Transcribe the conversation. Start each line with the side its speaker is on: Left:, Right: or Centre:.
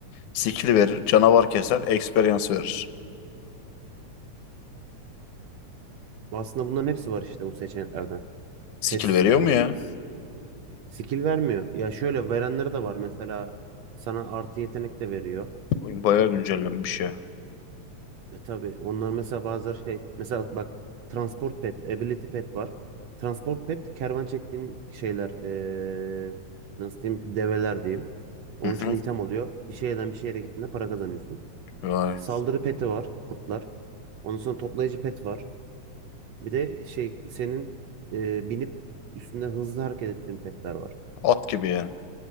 Left: Skill verir. Canavar keser. Experience verir.
Right: Aslında bunların hepsi var işte bu seçeneklerden.
Left: Skill
Right: Pet sistemiyle.
Left: veriyor mu ya?
Right: Skill vermiyor. Ya şöyle verenleri de var. Mesela sana artı yetenek de veriyor.
Left: Oyun bayağı güncellenmiş ya.
Right: E tabii onlar mesela bazıları şey mesela bak transport pet, ability pet var. Transport pet kervan çektiğin şeyler eee, nasıl diyeyim develer diyeyim. Onun
Left: Hı hı.
Right: için de item oluyor. Bir şeyden bir şehre gittiğinde para kazanıyorsun.
Left: Vay.
Right: Saldırı peti var kurtlar. Ondan sonra toplayıcı pet var. Bir de şey senin eee, binip üstünde hızlı hareket ettiğin petler var.
Left: At gibi yani.